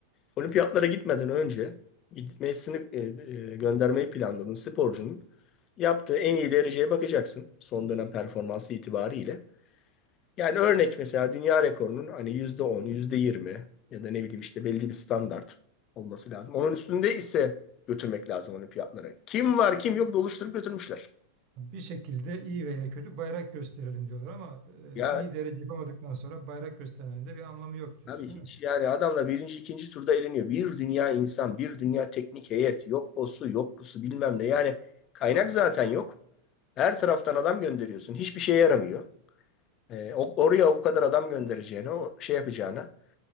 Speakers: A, on the left; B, on the right.
A: Olimpiyatlara gitmeden önce gitmesini e, e, göndermeyi planladığın sporcunun yaptığı en iyi dereceye bakacaksın son dönem performansı itibariyle. Yani örnek mesela dünya rekorunun hani yüzde on, yüzde yirmi ya da ne bileyim işte belli bir standart olması lazım. Onun üstünde ise götürmek lazım olimpiyatlara. Kim var kim yok doluşturup götürmüşler.
B: Bir şekilde iyi veya kötü bayrak gösterelim diyorlar ama
A: Ya
B: e, iyi derece yapamadıktan sonra bayrak göstermenin de bir anlamı yok diyorsun,
A: Abi hiç
B: değil mi?
A: yani adamla birinci ikinci turda eleniyor. Bir dünya insan, bir dünya teknik heyet. Yok osu, yok bu su bilmem ne. Yani kaynak zaten yok. Her taraftan adam gönderiyorsun. Hiçbir şeye yaramıyor. Ee, o- oraya o kadar adam göndereceğine, o şey yapacağına.